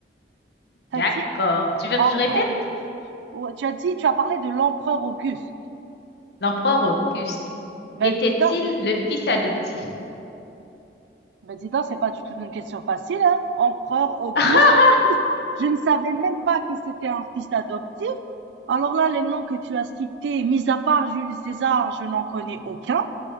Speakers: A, on the right; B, on the left.
A: T'as
B: D'accord.
A: dit
B: Tu veux
A: empereur
B: que je répète?
A: Auguste. Ouais, tu as dit, tu as parlé de l'empereur Auguste.
B: L'empereur Auguste
A: Ben,
B: était-il
A: dis donc,
B: le fils adoptif?
A: Ben dis donc, c'est pas du tout une question facile, hein? Empereur Auguste.
B: <laughs>
A: Je ne savais même pas que c'était un fils adoptif. Alors là, les noms que tu as cités, mis à part Jules César, je n'en connais aucun.